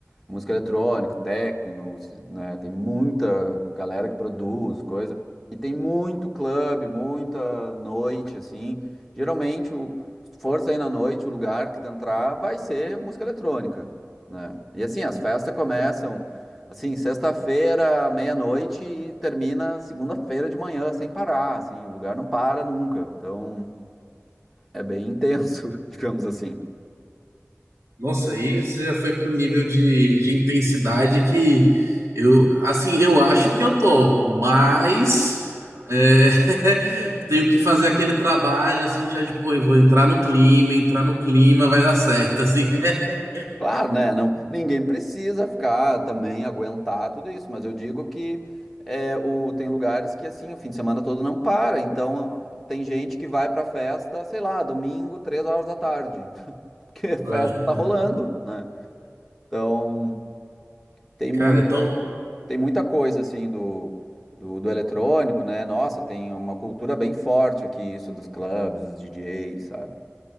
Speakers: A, in the centre; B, on the right.
A: música eletrônica, techno, se- né? Tem muita galera que produz coisa. E tem muito clube, muita noite, assim. Geralmente, o, se for sair na noite, o lugar que tu entrar vai ser música eletrônica, né? E assim, as festas começam, assim, sexta-feira, meia-noite e termina segunda-feira de manhã, sem parar, assim. O lugar não para nunca. Então, é bem intenso, <laughs> digamos assim.
B: Nossa, aí você já foi para um nível de, de intensidade que eu, assim, eu acho que eu topo, mas é, <laughs> tenho que fazer aquele trabalho, assim, já de, pô, eu vou entrar no clima, entrar no clima, vai dar certo, assim. <laughs>
A: Claro, né? Não, ninguém precisa ficar também aguentar tudo isso, mas eu digo que é, o, tem lugares que assim o fim de semana todo não para, então tem gente que vai pra festa, sei lá, domingo, três horas da tarde, <laughs> porque a festa
B: Ah,
A: tá rolando, né? Então tem
B: Cara,
A: muito,
B: é tão
A: tem muita coisa assim do, do, do eletrônico, né? Nossa, tem uma cultura bem forte aqui, isso dos clubes, dos DJs, sabe?